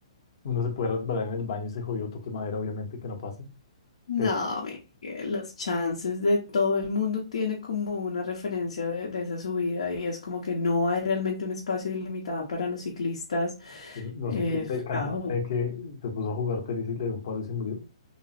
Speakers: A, on the left; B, on the left.
A: uno se puede resbalar en el baño y se jodió, toque madera, obviamente que no pase.
B: No,
A: Pero
B: Miguel, los chances de todo el mundo tiene como una referencia de, de esa subida y es como que no hay realmente un espacio ilimitado para los ciclistas.
A: no
B: eh,
A: supiste
B: es
A: el
B: un
A: cantante
B: caos.
A: que se puso a jugar tenis y le dio un paro y se murió.